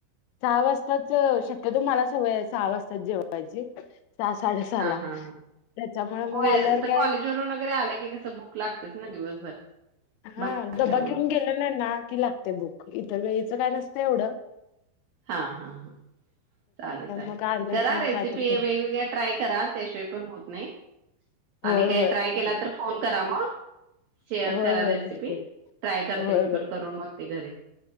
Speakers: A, on the left; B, on the right.
A: सहा वाजताच शक्यतो मला सवय आहे सहा वाजता जेवायची सहा साडे सहा ला
B: हं हं
A: त्याच्यामुळे
B: होय
A: मग आल्यावर
B: तर
A: काय
B: कॉलेजवरून वगैरे आले की कस भुक लागतेच ना दिवसभर
A: हां
B: बाहेर
A: डबा
B: असल्यामुळं.
A: घेऊन गेलेला नाही ना कि लागते भुक इथल्या इथ काय नसते एवढ
B: हां हां हां चालेल चालेल
A: मग आलं
B: करा
A: की
B: रेसिपी
A: कायतर कर
B: वेगवेगळ्या ट्राय करा त्याशिवाय पण होत नाही
A: होय
B: आणि
A: होय
B: काय ट्राय
A: चालते
B: केला तर फोन करा मग शेअर
A: होय
B: करा
A: होय
B: रेसिपी
A: करते
B: ट्राय करते
A: होय
B: मी
A: होय
B: पण करून बघते घरी